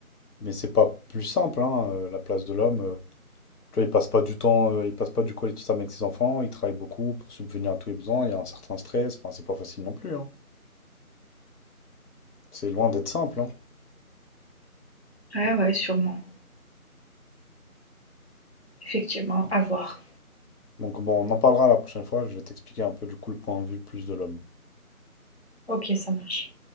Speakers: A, on the left (about 85°); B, on the left (about 45°).
A: mais c'est pas plus simple, hein, euh, la place de l'homme. euh. tu vois, il passe pas du temps, euh, il passe pas du quality time avec ses enfants, il travaille beaucoup pour subvenir à tous les besoins, il y a un certain stress, enfin c'est pas facile non plus, hein. C'est loin d'être simple, hein.
B: ouais, ouais, sûrement, effectivement, à voir.
A: Donc bon, on en parlera la prochaine fois, je vais t'expliquer un peu du coup le point de vue plus de l'homme.
B: Ok, ça marche.